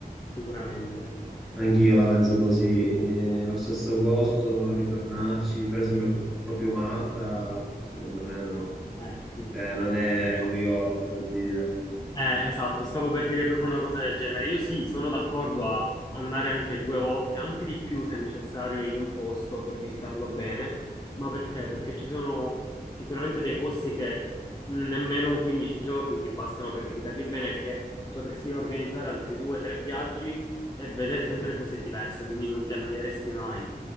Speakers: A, on the left; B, in the centre.
A: sicuramente.
B: Anch'io la penso così. Eh, lo stesso posto, ritornarci, per esempio, proprio Malta, secondo me no.
A: Eh, sì.
B: Cioè, non è
A: No,
B: New York per dire.
A: Eh, esatto, stavo per dire proprio una cosa del genere. Io sì, sono d'accordo a andare anche due volte, anche di più se necessario, in un posto per visitarlo bene. Ma perché? Perché ci sono sicuramente dei posti che mh, nemmeno 15 giorni ti bastano per visitarli bene e che potresti organizzare altri due, tre viaggi e vedere sempre cose diverse, quindi non ti annoieresti mai.